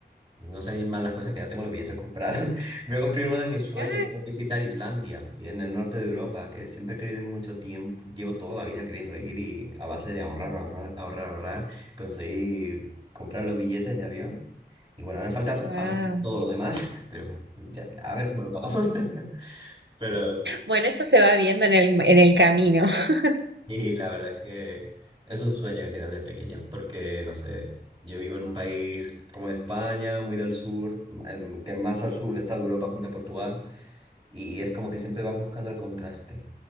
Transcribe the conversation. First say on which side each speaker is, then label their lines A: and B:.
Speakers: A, on the right; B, on the right.
A: No salir mal las cosas que ya tengo los billetes comprados. <laughs> Voy a cumplir uno de mis sueños,
B: Ah,
A: que es visitar Islandia y en el norte de Europa, que siempre he querido ir mucho tiempo. Llevo toda la vida queriendo ir y a base de ahorrar, ahorrar, ahorrar, ahorrar, conseguí comprar los billetes de avión. Y bueno, ahora falta fa-
B: wow.
A: pagar todo lo demás, <laughs> pero ya, a ver cómo lo pagamos. <laughs> Pero
B: Bueno, eso se va viendo en el, en el camino. <laughs>
A: Y la verdad es que es un sueño que tienes de pequeño, porque no sé, yo vivo en un país como España, muy del sur, el que más al sur está de Europa junto a Portugal, y es como que siempre vas buscando el contraste.